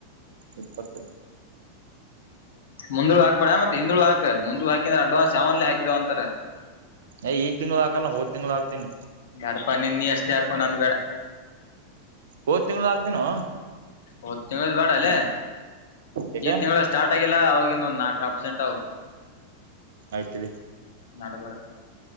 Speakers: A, on the right (about 60°); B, on the left (about 55°).
A: ಇಪ್ಪತ್ತು
B: ಮುಂದರು ಆಾಗಬಡ ಮತ್ತ ಹಿಂದ್ಳು ಹಾಕ್ ಮುಂದ ಹಾಕಿದ್ರೆ ಅಡ್ವಾನ್ಸ್ ಯಾವನ್ಲೇ ಹಾಕಿದವ ಅಂತಾರೆ
A: ಏ ಈ ತಿಂಗ್ಳ ಹಾಕಲ್ಲ ಹೋದ್ ತಿಂಗ್ಳ ಹಾಕ್ತೀನಿ
B: ದಡಪ ನಿಿ ನೀ ಅಷ್ಟೇ ಹಾಕೊಂಡೊಂಡ ಅಂದ ಬಡ
A: ಹೋದ ತಿಂಗಳ ಆಗ್ತಿನೋ
B: ಹೊತ್ತು ತಿಂಗಳದ ಬೇಡ ಅಲ್ಲೇ
A: ಈಗ
B: ಈ ತಿಂಗಳ ಸ್ಟಾರ್ಟ್ ಆಗಿಲ್ಲ ಅವವಾಗಿನ್ನೊಂದ್ ನಾಕ ಪರ್ಸೆಂಟ್ ಅವವು
A: ಅಯ್ತ್ರಿ
B: ನಡುಗರಕ